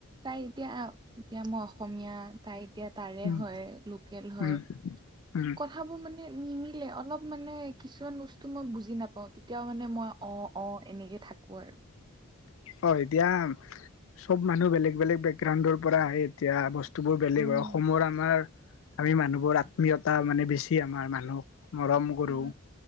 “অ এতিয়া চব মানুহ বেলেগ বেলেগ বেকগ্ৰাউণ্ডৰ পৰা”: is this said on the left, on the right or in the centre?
Left